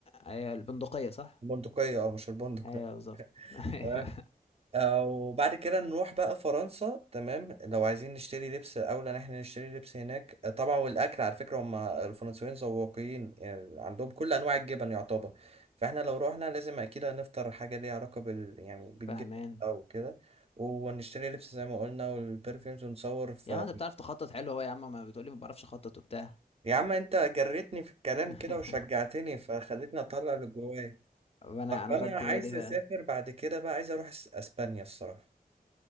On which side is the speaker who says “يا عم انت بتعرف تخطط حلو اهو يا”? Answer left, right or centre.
Left